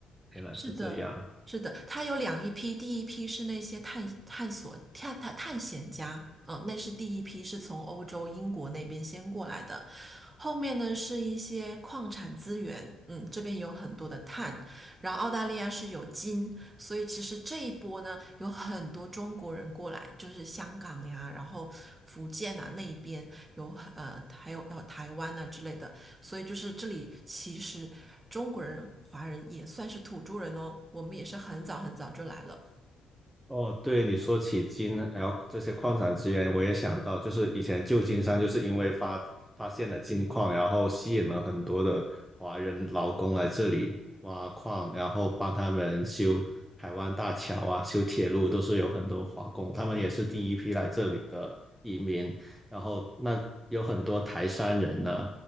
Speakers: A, in the centre; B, on the right.
A: 原来是这样。
B: 是的。是的，他有两一批，第一批是那些探探索探探探险家，嗯、那是第一批是从欧洲英国那边先过来的，后面呢是一些矿产资源，嗯，这边有很多的碳，然后澳大利亚是有金，所以其实这一波呢有很多中国人过来，就是香港呀，然后福建啊那一边有很呃还有到台湾呐、之类的，所以就是这里其实中国人、华人也算是土著人哦，我们也是很早很早就来了。
A: 哦，对你说起金，然后这些矿产资源，我也想到，就是以前旧金山就是因为发发现了金矿，然后吸引了很多的华人劳工来这里挖矿，然后帮他们修海湾大桥啊、修铁路，都是有很多华工，他们也是第一批来这里的移民。然后那有很多台山人呢，